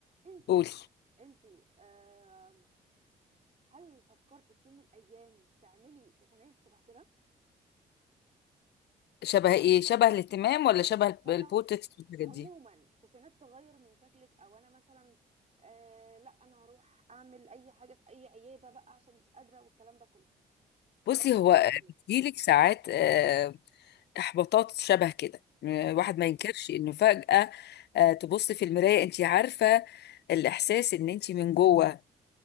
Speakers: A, on the right; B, on the left.
A: انت
B: قولي
A: انت آه هل فكرت في يوم من الايام تعملي سيشنات شبه كده
B: شبه ايه شبه الاهتمام ولا شبه
A: شبه
B: البوتكس والحاجات
A: عموما
B: دي
A: سيشنات تغير من شكلك او انا مثلا آه لا انا هروح اعمل اي حاجه في اي عياده بقى عشان مش قادره والكلام ده كله
B: بصي
A: تغير
B: هو
A: من شكلك
B: بيجيلك ساعات آه، احباطات شبه كده آه،
A: امم
B: واحد ما ينكرش انه فجأة آه، تبص في المراية انت عارفة الاحساس ان انت من جوه